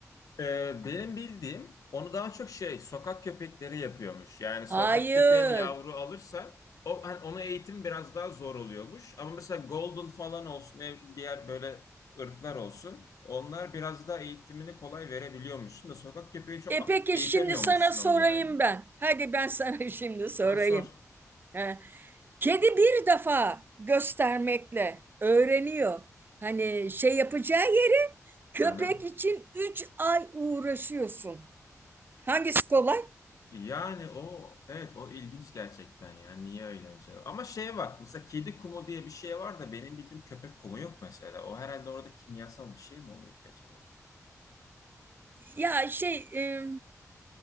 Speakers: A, on the left; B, on the right.
A: Ee, benim bildiğim onu daha çok şey sokak köpekleri yapıyormuş. Yani sokak
B: Hayır.
A: köpeğini yavru alırsa o hani ona eğitim biraz daha zor oluyormuş. Ama mesela golden falan olsun, ev- diğer böyle ırklar olsun. Onlar biraz daha eğitimini kolay verebiliyormuşsun da sokak köpeği çok
B: E
A: a-
B: peki
A: eğitemiyormuşsun
B: şimdi sana sorayım
A: onu yani.
B: ben. Hadi ben sana <laughs> şimdi sorayım.
A: Ha, sor.
B: Heh. Kedi bir defa göstermekle öğreniyor. Hani şey yapacağı yeri köpek
A: hı. hı.
B: için üç ay uğraşıyorsun. Hangisi kolay?
A: Yani o evet o ilginç gerçekten ya. Niye öyle acaba? Ama şeye bak mesela kedi kumu diye bir şey var da benim bildiğim köpek kumu yok mesela. O herhalde orada kimyasal bir şey mi oluyor ki acaba?
B: Ya şey e,